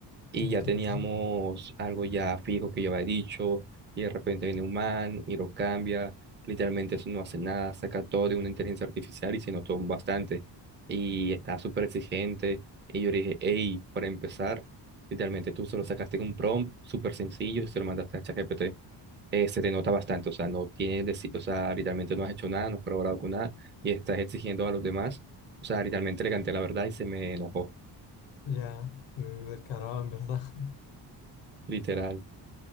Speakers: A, on the right (about 25°); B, on the left (about 85°).
A: y
B: Entiendo.
A: ya teníamos algo ya fijo que yo había dicho, y de repente viene un man y lo cambia, literalmente eso no hace nada, saca todo de una inteligencia artificial y se notó bastante, y está súper exigente, y yo le dije, hey, para empezar, literalmente tú solo sacaste un prompt súper sencillo y se lo mandaste a ChatGPT. Eh, se te nota bastante, o sea, no tienes, deci- o sea, literalmente no has hecho nada, no has colaborado con nada, y estás exigiendo a los demás, o sea, literalmente le canté la verdad y se me enojó,
B: Ya, eh, descarado en verdad. <laughs>
A: literal.